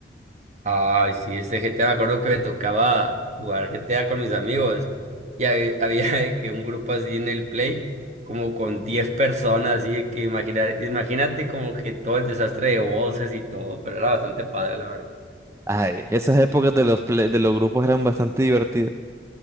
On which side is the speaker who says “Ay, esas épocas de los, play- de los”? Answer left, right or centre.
Right